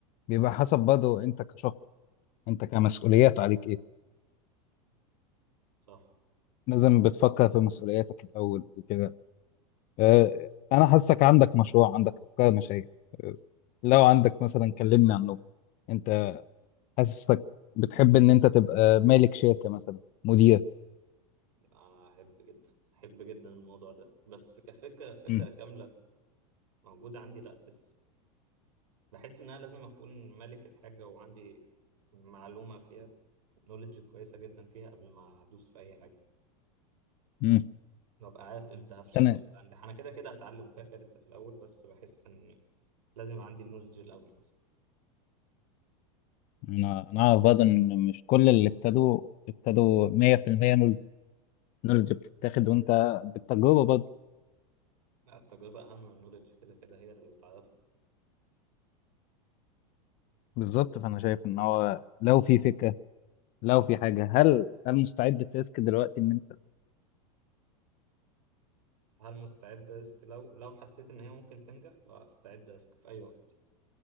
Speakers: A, on the left (about 45°); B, on the right (about 85°).
A: بيبقى حسب برضه انت كشخص انت كمسؤوليات عليك ايه
B: صح
A: لازم بتفكر في مسؤولياتك الاول وكده آه، انا حاسك عندك مشروع عندك افكار مشاريع آه، لو عندك مثلا كلمني عنه انت حاسسك بتحب ان انت تبقى مالك شركة مثلا مدير
B: انا احب جدا احب جدا الموضوع ده بس كفكره فكره
A: مم.
B: كامله موجوده عندي لا بس بحس ان انا لازم اكون مالك الحاجه وعندي معلومه فيها نولج كويسه جدا فيها قبل ما ادوس في اي حاجه
A: مم.
B: ببقى عارف امتى هفشل
A: بس انا
B: وامتى انجح انا كده كده هتعلم وكده كده لسه في الاول بس بحس ان لازم يبقى عندي النولج الاول اصلا
A: انا انا اعرف برضه ان مش كل اللي ابتدوا ابتدوا 100% نولج نولج بتتاخد وانت بالتجربه برضه
B: لا التجربه اهم من النولج كده كده هي اللي بتعرفك
A: بالظبط فانا شايف ان هو لو في فكرة لو في حاجة هل هل مستعد تسك دلوقتي ان انت
B: هل مستعد ريسك لو لو حسيت ان هي ممكن تنجح فاستعد ريسك في اي وقت